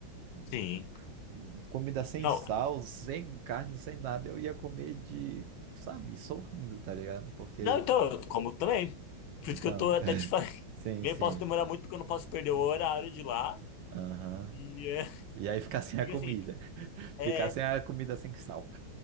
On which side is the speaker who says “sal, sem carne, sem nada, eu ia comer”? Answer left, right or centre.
Right